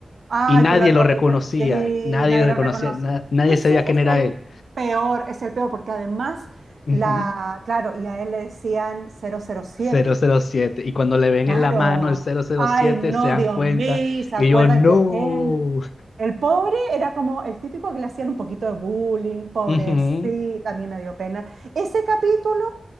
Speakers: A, on the right (about 85°); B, on the left (about 75°).
A: Ay,
B: y nadie
A: que lo atropelló.
B: lo reconocía,
A: Sí,
B: nadie
A: nadie
B: lo reconocía,
A: lo reconoce.
B: na- nadie
A: Ese
B: sabía quién
A: es
B: era
A: el
B: él.
A: peor, es el peor, porque además,
B: Ujú,
A: la, claro, y a él le decían cero cero siete
B: cero cero siete Y cuando le ven
A: Claro.
B: en la mano el cero cero
A: Ay,
B: siete
A: no,
B: se dan
A: Dios
B: cuenta
A: mío, ¿se acuerdan
B: y yo, no.
A: que es él? El pobre era como el típico que le hacían un poquito de bullying, pobrecito,
B: Ujú,
A: a mí me dio pena. Ese capítulo,